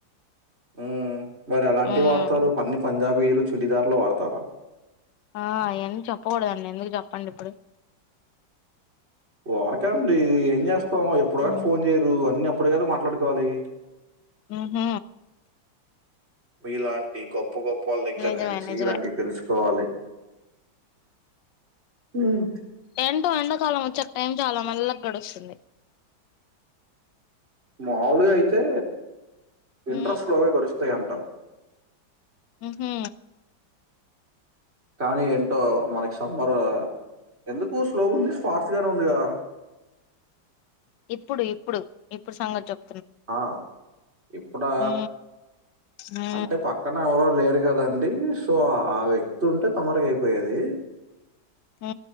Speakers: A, on the right (about 30°); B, on the left (about 70°).
A: మ్ మరి ఎలాంటివి
B: ఉమ్
A: వాడతారు అన్ని పంజాబీలు, చుడిదార్లు వాడతారా?
B: ఆ ఏం చెప్పకూడదండి ఎందుకు చెప్పండి ఇప్పుడు.
A: ఊరకండి అండి ఏం చేస్తాం ఎప్పుడో కానీ
B: ఉమ్
A: ఫోన్ చేయరు అన్నీ ప్ ఇప్పుడే కదా మాట్లాడుకోవాలి.
B: ఉహ్
A: మీలాంటి గొప్ప గొప్ప వాళ్ళ దగ్గర
B: నిజమే
A: నుంచి
B: నిజమే
A: ఇలాంటివి తెలుసుకోవాలి. హ్మ్
B: ఎంటో ఎండాకాలం వచ్చాక టైం చాలా మెళ్లగా గడుస్తుంది.
A: మాములుగా అయితే ఇంట్రెస్ట్
B: ఉ
A: లోగా గడుస్తాయి అంట.
B: ఉహు
A: కానీ ఏంటో మనకి సమ్మరు ఎందుకు స్లోగా ఉంది ఫాస్ట్ గానే ఉందిగా.
B: ఇప్పుడు ఇప్పుడు ఇప్పుడు సంగతి చప్
A: ఆ ఇప్పుడా
B: ఉ ఉ
A: అంటే పక్కన ఎవరు లేరు కదండి సో ఆ వ్యక్తి ఉంటే తొందరగా అయిపోయేది
B: ఉ